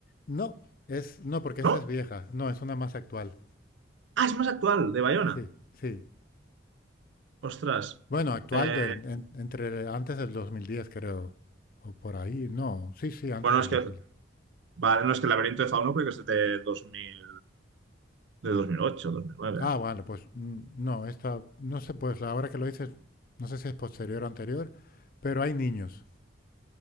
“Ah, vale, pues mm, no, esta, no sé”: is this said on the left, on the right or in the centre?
Left